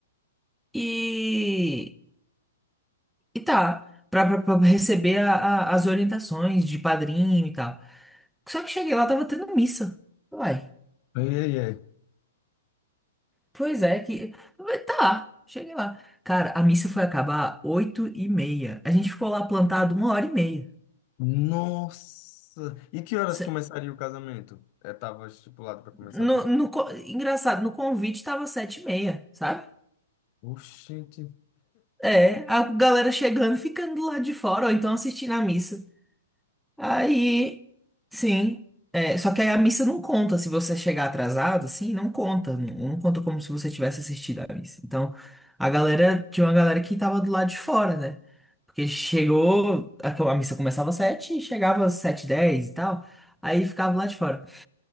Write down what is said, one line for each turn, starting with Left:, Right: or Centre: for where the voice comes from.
Centre: e E tá, pra, pra, pra receber a- a- as orientações de padrinho e tal. Só que cheguei lá, tava tendo missa. Uai,
Left: Ai, ai, ai.
Centre: pois é, que. Tá, cheguei lá. Cara, a missa foi acabar oito e meia. A gente ficou lá plantado uma hora e meia.
Left: Nossa! E que horas
Centre: Se-
Left: começaria o casamento? É, tava estipulado para começar
Centre: No,
Left: o casamento.
Centre: no co- engraçado, no convite tava sete e meia, sabe?
Left: Oxente.
Centre: É, a galera chegando, <laughs> e ficando lá de fora, ou então assistindo a missa. Aí, sim. É, só que aí a missa não conta se você chegar atrasado, sim, não conta. Não, não conta como se você tivesse assistido a missa. Então, a galera, tinha uma galera que tava do lado de fora, né? Porque chegou, a, a missa começava às sete e chegava às sete e dez e tal. Aí ficava lá de fora.